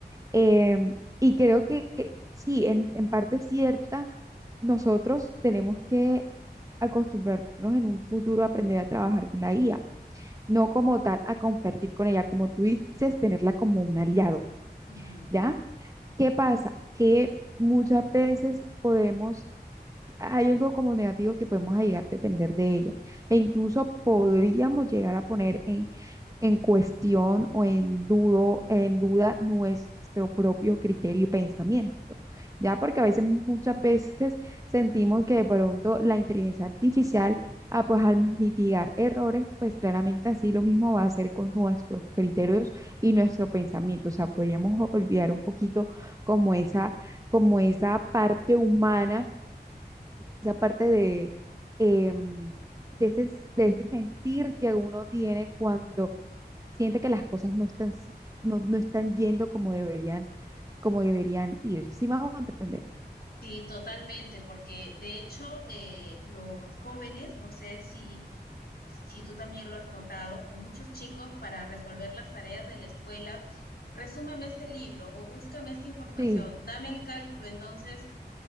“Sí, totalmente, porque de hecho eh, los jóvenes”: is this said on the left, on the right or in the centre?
Left